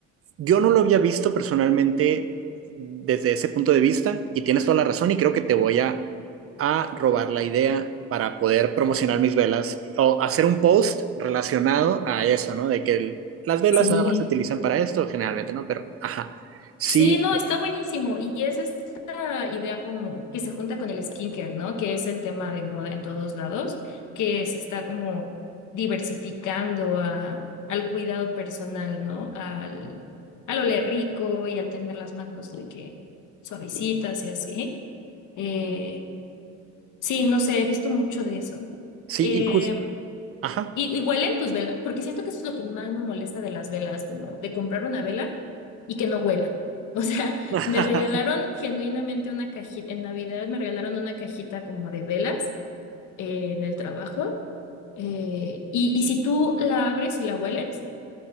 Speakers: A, on the right; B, on the left.
A: Yo no lo había visto personalmente desde ese punto de vista y tienes toda la razón y creo que te voy a, a robar la idea para poder promocionar mis velas o hacer un post relacionado a eso, ¿no? De que el- las velas
B: Sí,
A: nada más se utilizan para esto generalmente, ¿no? Pero, ajá, sí,
B: sí, no, está buenísimo. Y es esta idea como que se junta con el skincare, ¿no? Que es el tema de moda en todos lados, que se está como diversificando a, al cuidado personal, ¿no? Al, al oler rico y al tener las manos de que suavecitas y así. Eh, sí, no sé, he visto mucho de eso.
A: sí,
B: Em,
A: y justo, ajá.
B: Y, y huelen tus velas, porque siento que eso es lo que más me molesta de las velas, como de comprar una vela y que no huelan. <laughs> O sea,
A: <laughs>
B: me regalaron genuinamente una cajita, en Navidad me regalaron una cajita como de velas eh, en el trabajo. eh, y, y si tú la abres y la hueles,